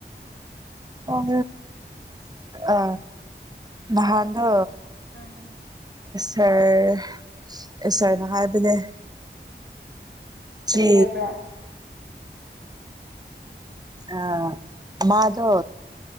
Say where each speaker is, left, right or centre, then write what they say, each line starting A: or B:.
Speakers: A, on the right; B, on the right.
A: ꯑꯣ ꯑ ꯅꯥꯍꯟꯗꯣ
B: ꯑ
A: ꯁꯔ ꯁꯔꯅ ꯍꯥꯏꯕꯅꯦ
B: ꯀꯔꯤ
A: ꯆꯤ
B: ꯍꯥꯏꯕ꯭ꯔꯥ
A: ꯑ ꯃꯥꯗꯣ